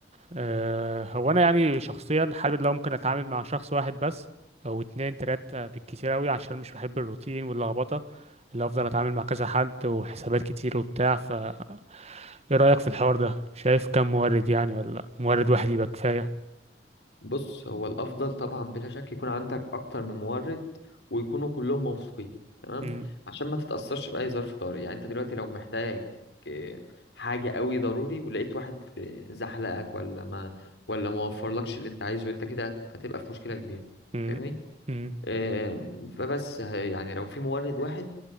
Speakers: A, on the right; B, on the left.
A: آه، هو انا يعني شخصيا حابب لو ممكن اتعامل مع شخص واحد بس او اتنين تلات آه، بالكتير قوي عشان مش بحب الروتين واللخبطة اللي افضل اتعامل مع كذا حد وحسابات كتير وبتاع فايه رأيك في الحوار ده شايف كم مورد يعني ولا مورد واحد يبقى كفاية
B: بص هو الافضل طبعا بلا شك يكون عندك اكتر من مورد ويكونوا كلهم موثوقين تمام
A: مم،
B: عشان ما تتاثرش باي ظرف طارئ يعني انت دلوقتي لو محتاج آه، حاجه قوي ضروري ولقيت واحد آه، زحلقك ولا ما ولا ما وفرلكش اللي انت عايزه انت كده هت- هتبقى في مشكله كبيره
A: مم،
B: فاهمني
A: مم،
B: آم، فبس ه- يعني لو في مورد واحد